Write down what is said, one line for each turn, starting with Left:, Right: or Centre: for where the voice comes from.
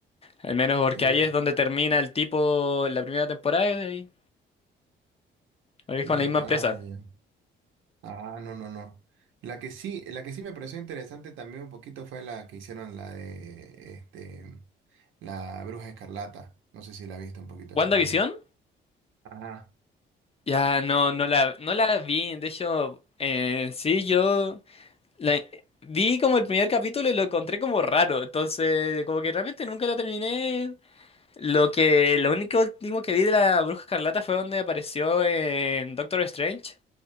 Left: Al menos porque
Right: sí,
Left: ahí es donde termina el tipo en la primera temporada y ahí ahí es
Right: no,
Left: con la misma
Right: ah,
Left: empresa.
Right: ya, ya. Ah, no, no, no. La que sí, la que sí me pareció interesante también un poquito fue la que hicieron la de este, la Bruja Escarlata. No sé si la viste un poquito
Left: ¿WandaVision?
Right: esa también. Ajá.
Left: Ya no, no la, no la vi. De hecho, eh, sí, yo. La- vi como el primer capítulo y lo encontré como raro, entonces como que realmente nunca la terminé. Lo que, lo único último que vi de la Bruja Escarlata fue donde apareció en Doctor Strange.